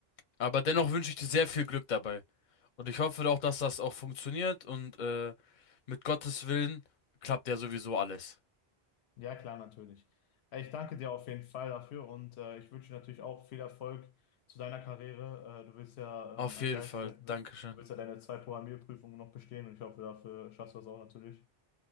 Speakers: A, on the left; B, on the left.
A: Aber dennoch wünsche ich dir sehr viel Glück dabei. Und ich hoffe doch, dass das auch funktioniert und äh, mit Gottes Willen klappt ja sowieso alles.
B: Ja, klar, natürlich. Äh, Ich danke dir auf jeden Fall dafür und äh, ich wünsche dir natürlich auch viel Erfolg zu deiner Karriere. Äh, du willst ja
A: Auf
B: ähm, ein
A: jeden
B: Werkstudent,
A: Fall.
B: ne?
A: Dankeschön.
B: du willst ja deine zwei Programmierprüfungen noch bestehen und ich hoffe, dafür schaffst du das auch natürlich.